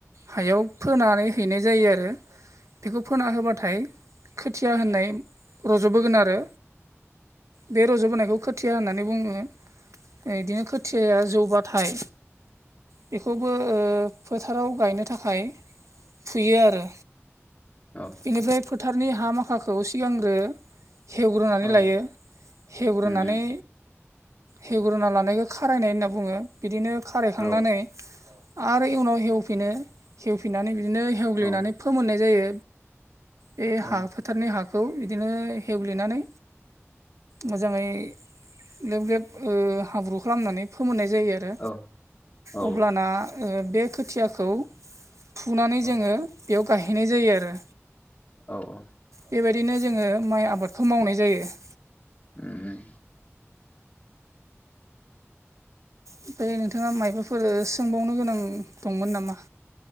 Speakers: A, on the right; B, on the left.
A: हायाव फोनानै हैनाय जायो आरो। बेखौ फोना होबाथाय खोथिया होननाय रज'बोगोन आरो। बे रज'बोनायखौ खोथिया होननानै बुङो बिदिनो खोथियाया जौबा <unintelligible> थाइ बेखौबो ओ फोथाराव गायनो थाखाय फुयो आरो
B: औ
A: बेनिफ्राय फोथारनि हा माखाखौ सिगांग्रो हेवग्रोनानै
B: औ
A: लायो हेवग्रोनानै
B: उम उम
A: हेवग्रोना लानायखौ खारायनाय होनना बुङो बिदिनो खारायखांनानै
B: औ
A: आरो इयुनाव हेव फिनो हेवफिननानै बिदिनो हेवग्लिनानै
B: औ
A: फोमोननाय जायो बे
B: औ औ
A: हाफोर फोथारनि हाखौ बिदिनो हेवल्गिनानै मोजांङै ग्लेब ल्लेब हाब्रु खालामनानै फोमोननाय जायो आरो।
B: औ औ
A: अब्लाना बे खोथियाखौ फुनानै
B: औ
A: जोङो बेयाव गाहैनाय जायो आरो।
B: औ औ
A: बेबायदिनो जोङो माइ आबादखौ मावनाय जायो।
B: ओम।
A: ओमफ्राय नोंथांङा मायबाफोर सोंबावनो गोनां दंमोन नामा।